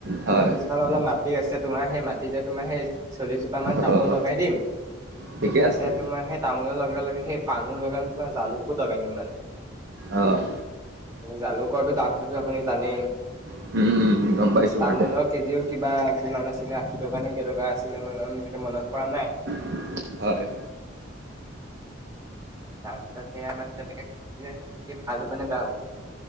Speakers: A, on the right; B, on the right.
A: হয়
B: আমাৰ পিছফালে অলপ মাটি আছে তোমাৰ সেই মাটিতে তোমাৰ সেই চলিছ পা মান
A: অ'
B: তামোল লগাই দিম,
A: ঠিকে
B: তাতে
A: আছে
B: তোমাৰ সেই তামোলৰ লগে লগে সেই পাণো লগাম তোমাৰ জালুকো লগাই দিম মানে।
A: অ'
B: জালুকৰটো দামটোতো আপুনি জানেই।
A: উম'। <unintelligible>
B: তামোলৰ
A: বাৰু দে
B: কেজিও কিবা কিমান আছিলে আশী টকা নে কেইটকা আছিলে মোৰ ই <inaudible> মনত পৰা নাই।
A: <unintelligible> হয়।
B: তাৰপিছত সেয়া মানে তেনেকে <inaudible> ভাল মানে <inaudible>